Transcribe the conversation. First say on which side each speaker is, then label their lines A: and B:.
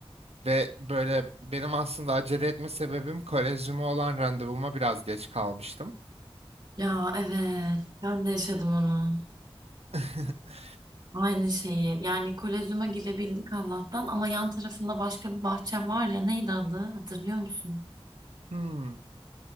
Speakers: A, on the right; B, on the right.
A: ve böyle benim aslında acele etme sebebim kolezyuma olan randevuma biraz geç kalmıştım
B: Ya evet ben de yaşadım onu.
A: <laughs>
B: Aynı şeyi. Yani kolezyuma girebildik Allah'tan ama yan tarafında başka bir bahçe var ya neydi adı hatırlıyor musun?
A: Hmm.